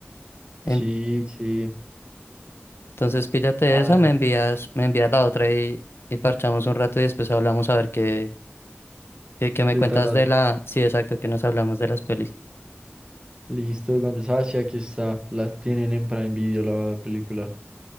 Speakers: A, on the left (about 70°); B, on the right (about 20°).
A: En-
B: Sí, sí.
A: Entonces píllate
B: Ah,
A: esa, me envías, me envías la otra y, y parchamos un rato y después hablamos a ver qué, qué, qué me
B: ¿qué
A: cuentas
B: tal? la-
A: de la... Sí, exacto, que nos hablamos de las pelis.
B: Listo, entonces, ah, sí, aquí está. Las tienen en Prime Video la película.